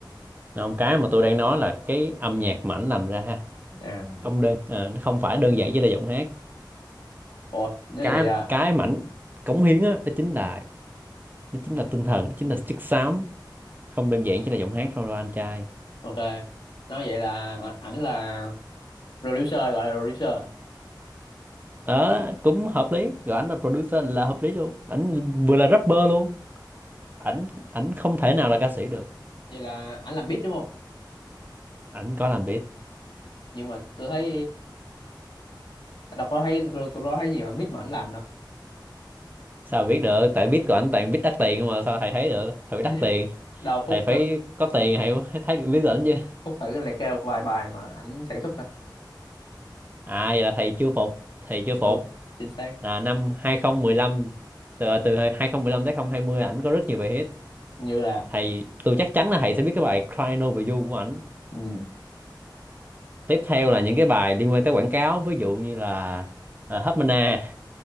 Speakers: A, on the right; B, on the left.
A: không cái mà tôi đang nói là cái âm nhạc mảnh làm ra
B: à
A: không đơn à, nó không phải đơn giản chỉ là giọng hát
B: ồ nói
A: cái
B: vậy là
A: cái mảnh cống hiến á đó chính là đó chính là tinh thần đó chính là chất xám không đơn giản chỉ là giọng hát thôi đâu anh trai
B: ok nói vậy là ờ, ảnh là producer gọi là producer
A: ờ cũng hợp lý rồi ảnh là producer là hợp lý luôn ảnh vừa là rapper luôn ảnh ảnh không thể nào là ca sĩ được
B: vậy là ảnh làm beat đúng không
A: ảnh có làm beat
B: nhưng mà tôi thấy ờ, đâu có thấy tôi, tôi đó thấy nhiều beat mà ảnh làm đâu
A: sao mà biết được tại beat của ảnh toàn beat đắt tiền không mà sao thầy thấy được thầy
B: <laughs>
A: phải đắt tiền
B: đâu
A: thầy
B: Phúc
A: phải
B: á,
A: có tiền thầy mới thấy được beat của ảnh chứ
B: Phúc thử liệt kê vài bài mà ảnh sản xuất thôi
A: à vậy là thầy chưa phục thầy chưa phục
B: đúng chính xác
A: là năm 2015 từ từ 2015 tới 2020 ảnh có rất nhiều bài hit
B: như là
A: thầy tôi chắc chắn là thầy sẽ biết cái bài Crying Over You của ảnh
B: ừ.
A: tiếp theo là những cái bài liên quan tới quảng cáo ví dụ như là uh, Hubmana